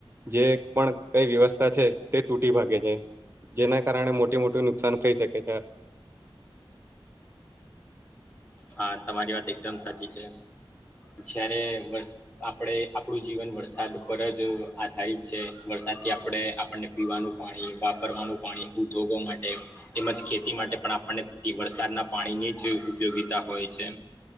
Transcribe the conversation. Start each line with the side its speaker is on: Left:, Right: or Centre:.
Right: જે પણ કઈ વ્યવસ્થા છે તે તૂટી ભાગે છે. જેના કારણે મોટી મોટી નુકસાન થઈ શકે છે.
Left: હા, તમારી વાત એકદમ સાચી છે. જ્યારે બસ આપડે આપણું જીવન વરસાદ પર જ આધારિત છે વરસાદ થી આપડે આપણને પીવાનું પાણી વાપરવાનું પાણી ઉદ્યોગો માટે તેમજ ખેતી માટે પણ આપણને વરસાદના પાણીની જ ઉપયોગીતા હોય છે.